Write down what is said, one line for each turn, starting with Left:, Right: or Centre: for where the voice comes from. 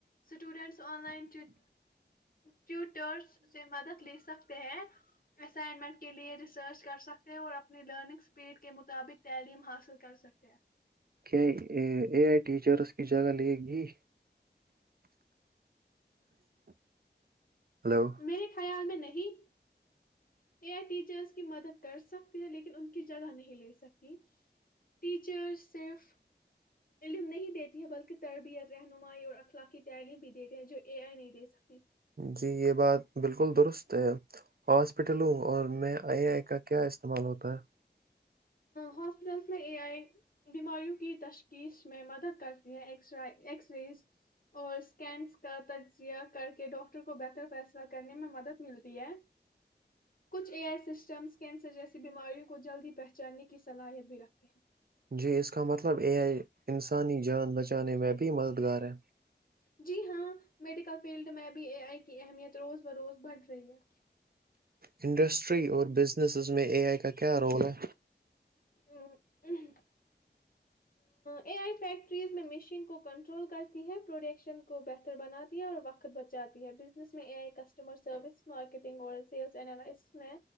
Left: اسٹوڈنٹس آن لائن ٹویٹر <unintelligible> سے مدد لی سکتے ہیں اسائنمنٹ کے لیے ریسرچ کر سکتے ہیں اور اپنی لرننگ اسپیڈ کے مطابق تعلیم حاصل کر سکتے ہیں
Right: کیا اے آئی ٹیچرس کی جگہ لے گی ہلو
Left: میرے خیال میں نہیں <inaudible> <unintelligible> ا ٹیچرس کی مدد کر سکتی ہیں لیکن ان کی جگہ نہیں لے سکتی ٹیچرس صرف علم نہیں دیتی ہے بلکہ تربیت رہنمائی اور اخلاقی تعلیم بھی دیتے ہیں جو اے آئی نہیں دے سکتے
Right: جی یہ بات بالکل درست ہاسپٹلوں اور میں آئیے آئی کا کیا استعمال ہوتا ہے
Left: ہاسپٹلس میں اے آئی بیماریوں کی تشخیص میں مدد کرتی ہے ایکس رز اور اسکینس کا تجزیہ کر کے ڈاکٹر کو بہتر فیصلہ کرنے میں مدد ملتی ہے کچھ اے آئی سسٹم کینسر جیسی بیماریوں کو جلدی پ جاننے کی صلاحیت بھی رکھتے ہیں
Right: جی اس کا مطلب یہ ہے انسانی جان بچانے میں بھی مددگار ہے
Left: جی ہاں میڈیکل فیلڈ میں بی اے آئی کی اہمیت روز بروز بڑھ رہی ہے
Right: انڈسٹری اور بزنسز میں اے آئی کا کیا رول ہے
Left: ہے اے آئی فیکٹریز میں مشین کو کنٹرول کرتی ہے پروڈکشن کو بہتر بناتی ہے اور وقت بچاتی ہے بزنس میں A I customer service marketing اور سیلس االائسس میں